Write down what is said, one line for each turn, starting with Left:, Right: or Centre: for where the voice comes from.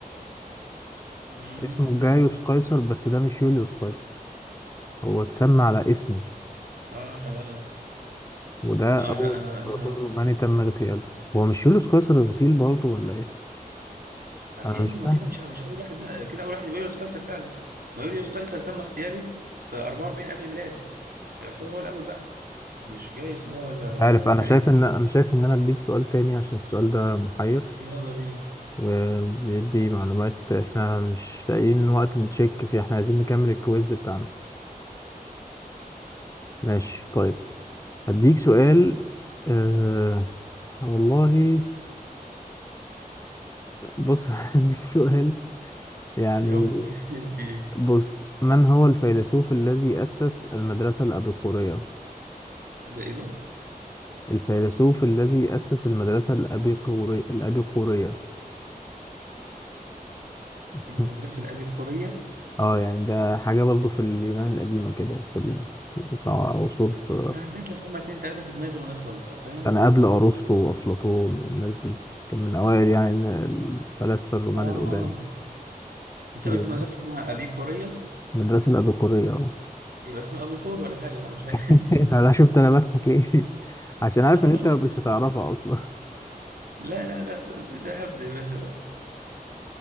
Right: امم
Left: اسمه جايوس قيصر بس ده مش يوليوس قيصر هو اتسمى على اسمه
Right: اه لا
Left: وده
Right: اه
Left: اول
Right: لا انا انا
Left: امبراطور روماني تم اغتياله هو مش يوليوس قيصر اغتيل برضه ولا ايه
Right: آه،
Left: انا
Right: يا
Left: مش
Right: ابني
Left: فاهم
Right: ما كده مش انا مش اول واحد بقى كده اول واحد يبقى يوليوس قيصر فعلا ما يوليوس قيصر تم اغتياله في 44 قبل الميلاد يعتبر هو الاول بقى مش جايوس ده ولا
Left: مش عارف انا
Right: كاري
Left: شايف ان انا شايف ان انا اديك سؤال تاني عشان السؤال ده محير
Right: يلا بينا
Left: وبيدي معلومات احنا مش لاقيين وقت نتشيك فيه احنا عايزين نكمل الكويز بتاعنا ماشي طيب هديك سؤال اه والله بص <laughs> هديك سؤال يعني
Right: ايه هو بيتكلم في ايه
Left: بص من هو الفيلسوف الذي أسس المدرسة الأبيقورية
Right: ده ايه ده
Left: الفيلسوف الذي أسس المدرسة الأبيقوري الأبيقورية <laughs>
Right: المدرسه الابي قوريه
Left: اه يعني ده حاجة برضو في اليونان القديمة كده في ال- بتاع عصور في
Right: ههبد لك هما اتنين تلاته في دماغي ونخلص بقى فاهم
Left: كان قبل أرسطو وأفلاطون والناس دي كان من أوائل يعني الفلاسفة الرومان
Right: اه
Left: القدام
Right: انت
Left: اليوم
Right: قلت مدرسه اسمها ابي قوريه
Left: المدرسة الأبيقورية اه
Right: يبقى اسمها ابي قور ولا حاجه بقى مش عارف
Left: <laughs> أنا شفت أنا بضحك ليه <laughs> عشان
Right: <laughs>
Left: عارف
Right: اه
Left: إن أنت مش هتعرفها أصلا <laughs>
Right: لا لا لا ده, ده ده هبد يا باشا